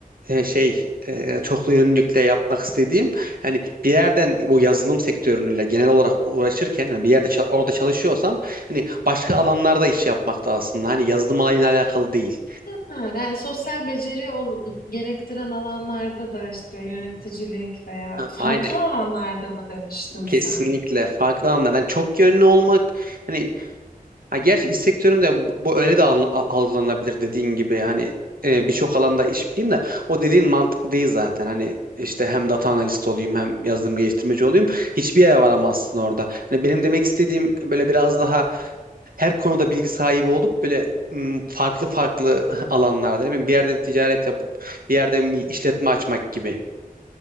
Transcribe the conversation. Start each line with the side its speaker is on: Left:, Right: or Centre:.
Right: e, şey e, çoklu yönlülükle yapmak istediğim hani bir yerden bu yazılım sektörüyle genel olarak uğraşırken hani bir yerde ça- orada çalışıyorsam hani başka alanlarda iş yapmakta aslında. Hani yazılım alanıyla alakalı değil.
Left: Ha, yani sosyal beceri ol- gerektiren alanlarda da işte yöneticilik veya
Right: Ha,
Left: farklı
Right: Aynen
Left: alanlarda mı demiştin
Right: Kesinlikle
Left: sen?
Right: farklı alanlardan çok yönlü olmak hani ha gerçi iş sektöründe bu bu öyle de al- algılanabilir dediğin gibi yani e, birçok alanda iş bileyim de o dediğin mantıklı değil zaten hani işte hem data analist olayım hem yazılım geliştirmeci olayım hiçbir yere varamazsın orada. Hani benim demek istediğim böyle biraz daha her konuda bilgi sahibi olup böyle m, farklı farklı <laughs> alanlarda ne bileyim bir yerden ticaret yapıp bir yerden bir işletme açmak gibi.